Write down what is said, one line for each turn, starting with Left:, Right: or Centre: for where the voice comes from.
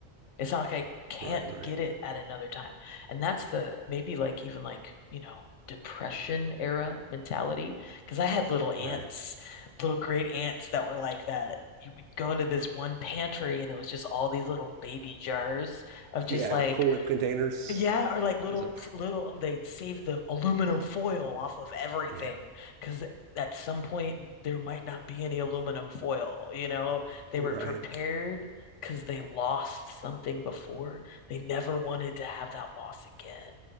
Left: It's not like I can't
Right: Right. Right.
Left: get it at another time. And that's the maybe like even like, you know, depression era mentality because I had little aunts,
Right: Right.
Left: little great aunts that were like that. You would go into this one pantry and it was just all these little baby jars of just
Right: Yeah.
Left: like
Right: Cool Whip containers
Left: yeah, or like little
Right: was a.
Left: t- little they'd save the aluminum foil off of everything
Right: Yeah.
Left: because at some point there might not be any aluminum foil, you know? They
Right: Right.
Left: were prepared because they lost something before. They never wanted to have that loss again.